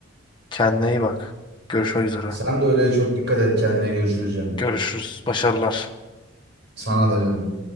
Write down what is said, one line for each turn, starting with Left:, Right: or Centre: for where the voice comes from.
Left: Kendine iyi bak. Görüşmek üzere.
Right: Sen de öyle çok dikkat et kendine görüşürüz canım.
Left: Görüşürüz. Başarılar.
Right: Sana da canım.